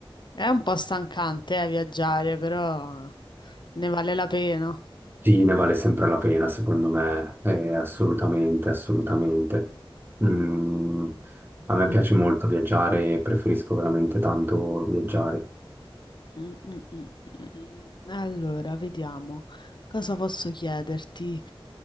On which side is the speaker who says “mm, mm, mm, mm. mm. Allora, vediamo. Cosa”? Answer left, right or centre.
Left